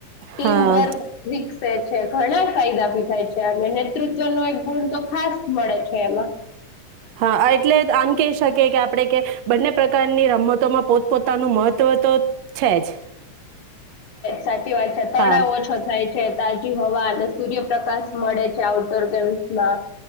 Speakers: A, on the left (about 70°); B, on the right (about 65°).
A: ટીમ
B: હા
A: વર્ક વિકસે છે ઘણા ફાયદા ભી થાય છે અને નેતૃત્વ નો એક ગુણ તો ખાસ મળે છે. હ એમાં.
B: હા એટલે આમ કહી શકી કે આપણે કે બંને પ્રકારની રમતોમાં પોતપોતાનું મહત્વ તો છે જ.
A: સાચ. વાત છે તણાવ
B: હા
A: ઓછો થાય છે. તાજી હવા અને સૂર્યપ્રકાશ મળે છે આઉટડોર ગેમ્સમાં.